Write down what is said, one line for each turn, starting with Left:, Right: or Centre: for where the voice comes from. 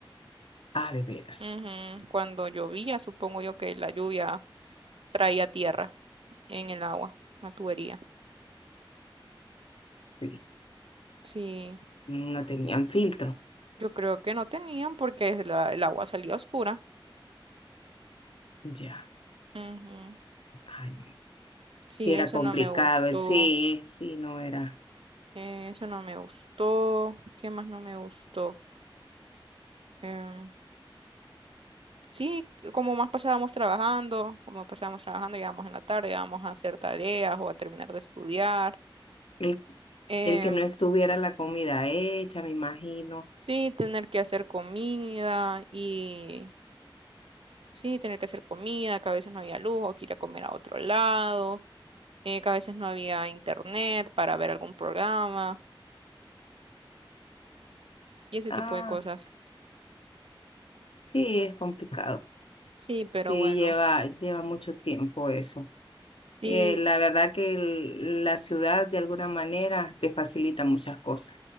Left: Ah, de veras,
Right: Ujú, Cuando llovía, supongo yo que la lluvia traía tierra en el agua, la tubería.
Left: sí.
Right: Sí,
Left: No tenían filtro.
Right: yo creo que no tenían porque la- el agua salía oscura.
Left: Ya.
Right: Ujú,
Left: Ay,
Right: Sí,
Left: sí era
Right: eso
Left: complicado.
Right: no me gustó.
Left: el- Sí, sí, no era.
Right: Eh, eso no me gustó. ¿Qué más no me gustó? Em, sí, como más pasábamos trabajando, como pasábamos trabajando, llegábamos en la tarde, íbamos a hacer tareas o a terminar de estudiar.
Left: El,
Right: Em,
Left: el que no estuviera la comida hecha, me imagino.
Right: sí, tener que hacer comida y sí, tener que hacer comida, que a veces no había luz o que ir a comer a otro lado, eh, que a veces no había internet para ver algún programa y ese
Left: Ah,
Right: tipo de cosas.
Left: sí, es complicado.
Right: Sí, pero
Left: Sí,
Right: bueno.
Left: lleva, lleva mucho tiempo eso.
Right: Sí,
Left: Eh, la verdad que el- la ciudad de alguna manera te facilita muchas cosas.